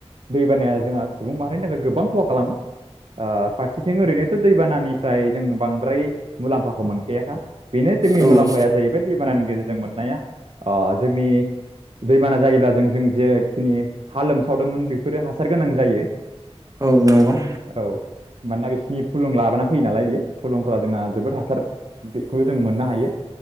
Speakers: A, on the right (about 55°); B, on the right (about 30°).
A: दैबानाया जोंहा सुबुं माहारिनि थाखाय गोबां खहा खालामो फारसेथिं ओरैनोथ' दैबानानिफ्राय जों बांद्राय मुलाम्फा खौ मोनखैयाखा बेनो जोंनि
B: औ
A: मुलाम्फाया जाहैबाय दैबानानि गेजेरजों मोननाया जोंनि दैबाना जायोब्ला जों जों जेखिनि हा लोमसावदोंमोन बेफोरो हासार गोनां जायो
B: औ नंगौ औ
A: औ मानोना बिसिनि फुलुं लाबाना फैयो नालाय बियो फुलुंफोरा जोंना जोबोद हासार बेखौ जों मोननो हायो